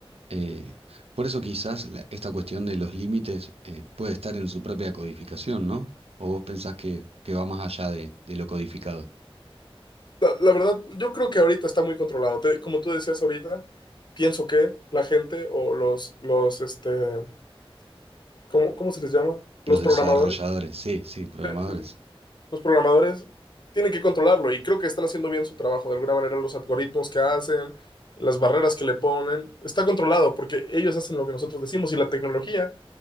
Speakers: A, on the right; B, on the left.
A: Eh, por eso quizás la- esta cuestión de los límites eh, puede estar en su propia codificación, ¿no? ¿O vos pensás que, que va más allá de, de lo codificado?
B: La, la verdad, yo creo que ahorita está muy controlado. Te- como tú decías ahorita, pienso que la gente o los, los, este, ¿cómo, cómo se les llama?
A: Los
B: Los
A: desarrolladores,
B: programadores.
A: sí, sí, programadores.
B: Sí, sí, sí. los programadores tienen que controlarlo y creo que están haciendo bien su trabajo. De alguna manera, los algoritmos que hacen, las barreras que le ponen, está controlado porque ellos hacen lo que nosotros decimos y la tecnología